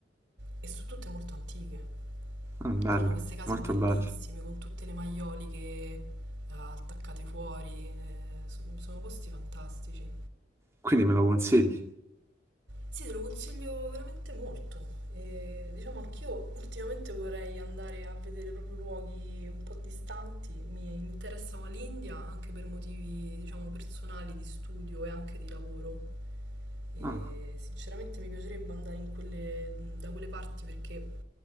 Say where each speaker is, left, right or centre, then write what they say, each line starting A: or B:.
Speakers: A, on the right; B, on the right.
A: e sono tutte molto antiche.
B: Ah, bello,
A: Hanno queste case
B: molto
A: bellissime
B: bello.
A: con tutte le maioliche eh, attaccate fuori, eh, so- sono posti fantastici.
B: Quindi me lo consigli?
A: Sì, te lo consiglio veramente molto. E, diciamo anch'io ultimamente vorrei andare a vedere proprio luoghi un po' distanti. Mi interessava l'India anche per motivi, diciamo, personali, di studio e anche di lavoro. E
B: Ah,
A: sinceramente mi piacerebbe andare in quelle- da quelle parti perché